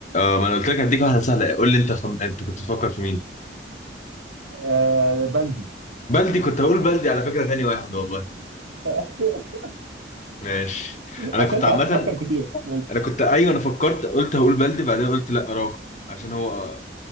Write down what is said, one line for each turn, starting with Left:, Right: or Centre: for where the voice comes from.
Left: آه ما انا قلت لك هديك واحده سهله قول لي انت خم... انت كنت بتفكر في مين
Right: آه بلدي
Left: بلدي كنت هقول بلدي على فكره تاني واحد والله
Right: <laughs>
Left: ماشي انا
Right: عشان
Left: كنت
Right: انت
Left: عامه
Right: قعدت تفكر كتير ماشي
Left: انا كنت ايوه انا فكرت قلت هقول بلدي بعدين قلت لا اراوخو عشان هو